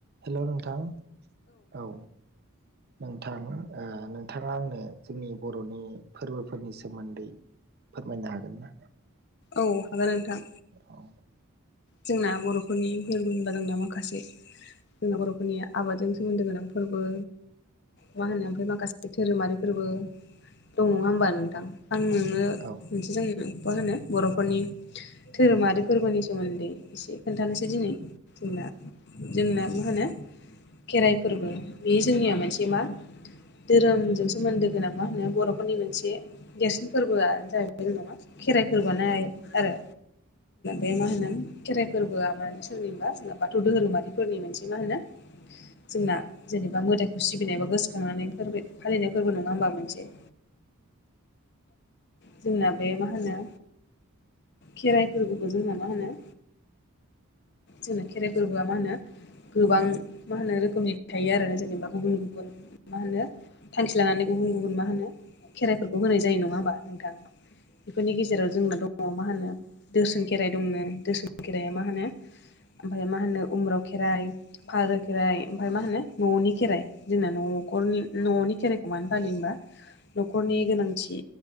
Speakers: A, on the right (about 45°); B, on the left (about 50°).
A: हेल' नोंथां औ नोंथां नोंथाङा आंनो जोंनि बर'नि फोरबोफोरनि सोमोन्दै फोरमायनो हागोन ना
B: औ हागोन नोंथां
A: औ
B: जोंना बर'फोरनि फोर बो होनबा जोंना माखासे जोंना बर'फोरनि आबादजों सोमोन्दो गोनां फोरबो मा होनो ओमफ्राय माखासे धोरोमारिफोरबो दं नङा होमबा नोंथां आं नोंनो
A: औ
B: मोनसे जोङो मा होनो बर'फोरनि धोरोमारि फोरबोनि सोमोन नदै एसे खोन्थानोसै दिनै जोंना जोंना मा होनो खेराइ फोरबो बे जोंनिया मोनसे मा धोरोमजों सोमोन्दो गोनां मा होन बर'फोरनि मोनसे देरसिन फोरबोआनो जाहैबाय जों नामा खेराइ फोरबो आरो बे मा होनो खेराइ फोरबोआ मानो सोरनिबा जोंना बाथौ धोरोमारिफोरनि मोनसे मा होनो जोंना जेनेबा मोदायखौ सिबिनायबा गोसोखांनानै फोरबो फालिनाय फोरबो नङा होमबा मोनसे
A: <inaudible>
B: जोंना बे मा होनो खेराइ फोरबोखौ जोंना मा होनो जोंना खेराइ फोरबोआ मा होनो गोबां मा होनो रोखोमनि थायो आरो जेनेबा गुबुन गुबुन मा होनो थांखि लानानै गुबुन गुबुन मा होनो खेराइफोरखौ होनाय जायो नङा होमबा नोंथां बेफोरनि गेजेराव जोंना दङ मा होनो दोसोन खेराइ दंनो दोसोन खेराया मा होनो ओमफ्राय मा होनो उम्राव खेराइ फालो खेराइ ओमफ्राय मा होनो न'नि खेराइ जोंना न'खरनि न'नि खेराइखौ मानो फालियो होमबा न'खरनि गोनांथि